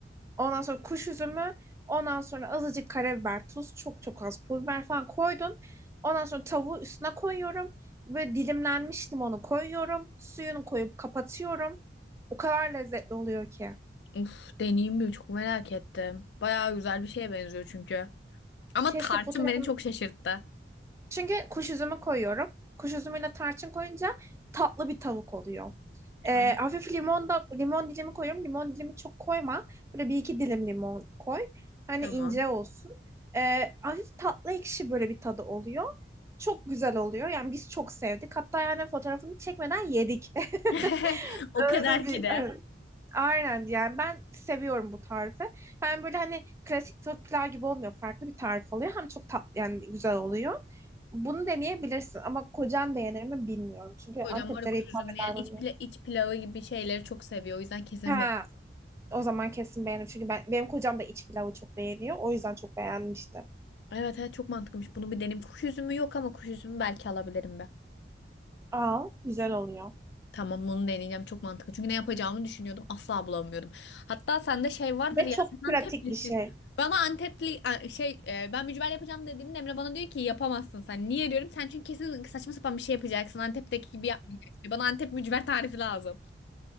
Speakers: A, on the right (about 15°); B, on the left (about 65°).
A: Ondan sonra kuş üzümü, ondan sonra azıcık karabiber, tuz, çok çok az pul biber falan koydun. Ondan sonra tavuğu üstüne koyuyorum. Böyle dilimlenmiş limonu koyuyorum. Suyunu koyup kapatıyorum. O kadar lezzetli oluyor ki.
B: Uf, deneyeyim mi? Çok merak ettim. Bayağı güzel bir şeye benziyor çünkü. Ama
A: Keşke
B: tarçın
A: fotoğrafını...
B: beni çok şaşırttı.
A: Çünkü kuş üzümü koyuyorum. Kuş üzümüyle tarçın koyunca tatlı bir tavuk oluyor. Ee,
B: Ay
A: hafif limon da limon dilimi koyuyorum. Limon dilimi çok koyma. Böyle bir iki dilim limon koy. Hani
B: tamam.
A: ince olsun. Ee, hafif tatlı ekşi böyle bir tadı oluyor. Çok güzel oluyor. Yani biz çok sevdik. Hatta yani fotoğrafını çekmeden yedik. <laughs>
B: <laughs> O
A: Öyle
B: kadar
A: bir
B: ki de.
A: evet. Aynen yani ben seviyorum bu tarifi. Hem böyle hani klasik tavuk pilav gibi olmuyor. Farklı bir tarif oluyor. Hem çok tatlı yani güzel oluyor. Bunu deneyebilirsin ama kocan beğenir mi bilmiyorum. Çünkü
B: Kocam
A: Anteplilere
B: var ya kuş
A: hitap
B: üzümlü
A: eder
B: yani iç,
A: mi?
B: pila iç pilavı gibi şeyleri çok seviyor. O yüzden kesin
A: Ha,
B: be.
A: O zaman kesin beğenir. Çünkü ben, benim kocam da iç pilavı çok beğeniyor. O yüzden çok beğenmişti.
B: Evet evet çok mantıklıymış. Bunu bir deneyim. Kuş üzümü yok ama kuş üzümü belki alabilirim be.
A: Al, güzel oluyor.
B: Tamam bunu deneyeceğim çok mantıklı. Çünkü ne yapacağımı düşünüyordum asla bulamıyorum. Hatta sende şey vardır
A: Ve
B: ya
A: çok
B: sen
A: pratik
B: Anteplisin.
A: bir şey.
B: Bana Antepli a- şey e, ben mücver yapacağım dediğinde Emre bana diyor ki yapamazsın sen. Niye diyorum? Sen çünkü kesin saçma sapan bir şey yapacaksın. Antep'teki gibi yapmayacaksın. Bana Antep mücver tarifi lazım.